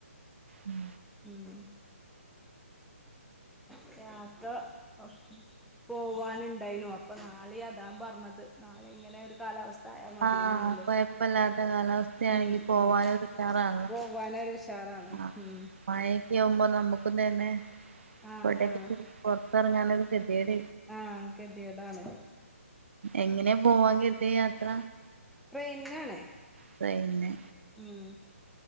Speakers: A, on the right; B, in the centre.
A: ഉം
B: ഉം.. ത്ര <unintelligible> പോവാൻയിണ്ടായിനു അപ്പോ നാളെ അതാ പറഞ്ഞത് നാളെ ഇങ്ങനെ ഒരു കാലാവസ് ചായ മതിനന്നില്ല്
A: ആഹ് കൊഴപ്പല്ലാത്ത കാലാവസ്ഥയാണെങ്കി
B: ഉം
A: പോവാനും
B: ഉം
A: ഉഷാറാണല്ലോ
B: പോവാനരു ചാറാണ്
A: ആഹ്
B: ഉം
A: മഴയൊക്കെ ആവുമ്പോ നമ്മുക്കെ തന്നെ
B: ആഹ്
A: കൊടൊക്കെ
B: ആഹ്
A: പിടിച്ച് പുറത്തിറങ്ങാനൊരു പ്രത്യകത
B: ആഹ് ഗതികേടാണ്
A: എങ്ങനെയ പോവാൻ കിട്ടിയ യാത്ര
B: ട്രെയിനിൽ ആണ്
A: ട്രെയിന്
B: ഉം